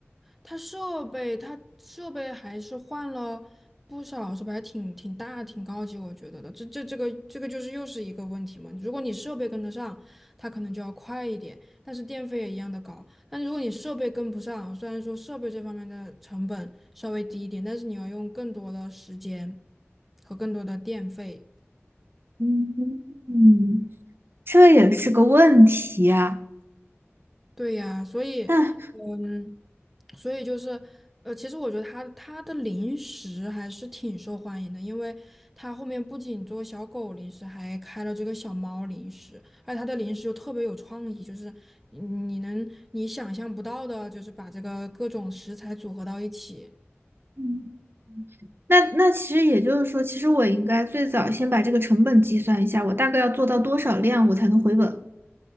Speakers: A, in the centre; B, on the right.
A: 它设备，它设备还是换了不少，设备还挺挺大、挺高级，我觉得的。这这这个这个就是又是一个问题嘛。如果你设备跟得上，它可能就要快一点，但是电费也一样的高。但如果你设备跟不上，虽然说设备这方面的成本稍微低一点，但是你要用更多的时间和更多的电费。
B: 嗯嗯，这也是个问题啊。
A: 对呀，所以，
B: 那
A: 嗯，所以就是，呃，其实我觉得它它的零食还是挺受欢迎的，因为它后面不仅做小狗零食，还开了这个小猫零食，而且它的零食又特别有创意，就是你你能你想象不到的，就是把这个各种食材组合到一起。
B: 嗯那那其实也就是说，其实我应该最早先把这个成本计算一下，我大概要做到多少量我才能回本？